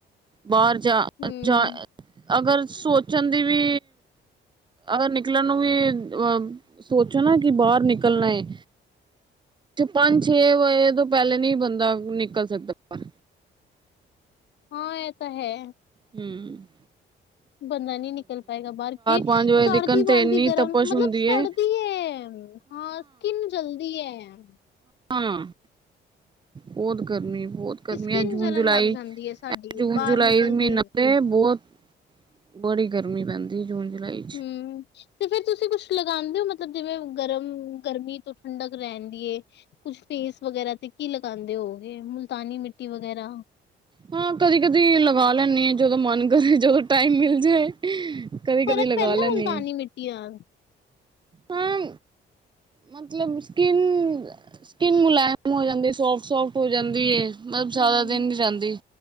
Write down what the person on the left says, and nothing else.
ਹੂੰ।
ਹਾਂ ਇਹ ਤਾਂ ਹੈ
ਬੰਦਾ ਨਹੀਂ ਨਿਕਲ ਪਾਏਗਾ ਬਾਹਰ ਕੇ
ਸਰਦੀ
ਵਾਲਦੀ
ਗਰਮ
ਮਤਲਬ
ਸਰਦੀ
ਹੈ ਹਾਂ ਸਕਿਨ ਜਲਦੀ ਹੈ
ਸਕਿਨ
ਜਲਣ
ਲੱਗ ਜਾਂਦੀ ਹੈ ਸਾਡੀ
ਬਾਹਰ
ਨਿਕਲਦੇ
ਹੀ।
ਹਮ ਤੇ ਫਿਰ ਤੁਸੀਂ ਕੁਛ ਲਗਾਉਂਦੇ ਹੋ ਮਤਲਬ ਜਿਵੇਂ ਗਰਮ ਗਰਮੀ ਤੋਂ ਠੰਡਕ ਰਹਿੰਦੀ ਏ ਕੁਛ ਫੇਸ ਵਗੈਰਾ ਤੇ ਕੀ ਲਗਾਉਂਦੇ ਹੋ ਮੁਲਤਾਨੀ ਮਿੱਟੀ ਵਗੈਰਾ
ਫਰਕ
ਪੈਂਦਾ
ਮੁਲਤਾਨੀ ਮਿੱਟੀ ਨਾਲ
ਹੂੰ